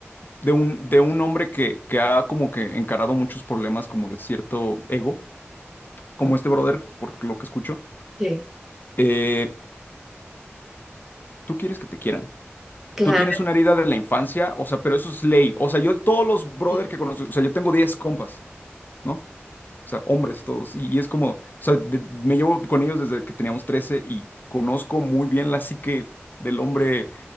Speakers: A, on the left; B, in the centre.
A: de un, de un hombre que, que ha como que encarado muchos problemas como de cierto ego, como
B: como-
A: este brother, por lo que escucho.
B: Sí,
A: Eh, tú quieres que te quieran.
B: claro.
A: Tú tienes una herida de la infancia, o sea, pero eso es ley. O sea, yo todos los brother
B: sí.
A: que conozco, o sea, yo tengo 10 compas, ¿no? O sea, hombres todos. Y, y es como, o sea, de- me llevo con ellos desde que teníamos 13 y conozco muy bien la psique del hombre